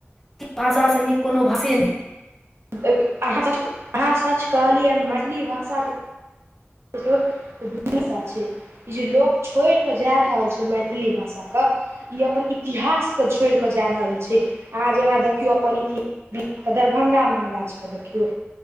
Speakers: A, in the centre; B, on the right (about 70°).
A: भाषा सँ नीक कोनो भाषे नै
B: अहाँ सच अहाँ सच कहलियैन मैथिली भाषा <unintelligible> ई जे लोक छोड़ि कऽ जा रहल छै मैथिली भाषाके इ अपन इतिहास के छोड़ कऽ जा रहल छै अहाँ जेना देखियौ अपन इतिहास दरभंगा महाराज के देखियौ